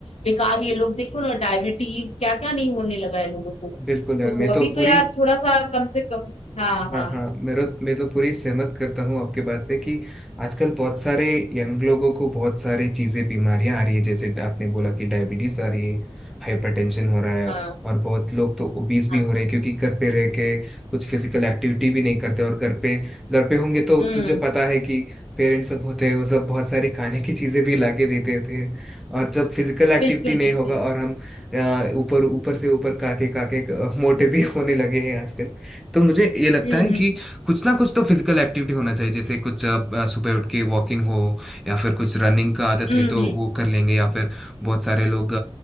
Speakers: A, on the left (about 80°); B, in the centre.
A: बेकार ये लोग देखो ना डायबिटीज क्या क्या नहीं होने लगा है लोगों को
B: बिल्कुल यार
A: तो
B: मैं तो
A: अभी तो
B: पूरी
A: यार थोड़ा सा कम से कम हाँ
B: हाँ
A: हाँ
B: हाँ मेरा मैं तो पूरी सहमत करता हूँ आपके बात से कि आजकल बहुत सारे यंग लोगों को बहुत सारी चीजें बीमारियां आ रही है जैसे आपने बोला कि डायबिटीज आ रही है हाइपरटेंशन हो रहा है
A: हाँ
B: और बहुत लोग तो ओबीज भी
A: हाँ
B: हो रहे हैं क्योंकि घर पे रह के कुछ फिजिकल एक्टिविटी भी नहीं करते और घर पे घर पे होंगे तो
A: हम्म
B: तुझे पता है कि पेरेंट्स सब होते हैं वो सब बहुत सारी खाने की चीजें भी लाके देते थे और जब फिजिकल एक्टिविटी
A: बिल्कुल
B: नहीं
A: बिल्कुल
B: होगा और हम अ, ऊपर ऊपर से ऊपर काके काके अ, मोटे भी होने लगे हैं आजकल तो मुझे ये लगता
A: हम्म
B: है
A: हम्म
B: कि कुछ ना कुछ तो फिजिकल एक्टिविटी होना चाहिए जैसे कुछ अ, अ, सुबह उठ के वॉकिंग हो या फिर कुछ रनिंग का आदत
A: हम्म
B: है तो
A: हम्म,
B: वो कर लेंगे या फिर बहुत सारे लोग